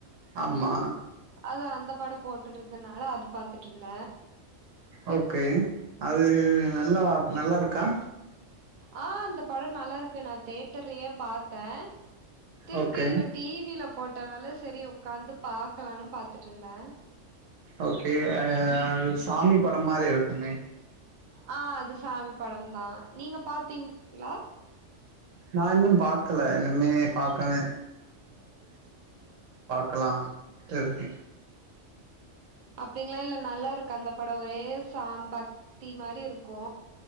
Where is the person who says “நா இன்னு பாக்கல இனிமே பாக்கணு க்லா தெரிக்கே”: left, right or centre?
Right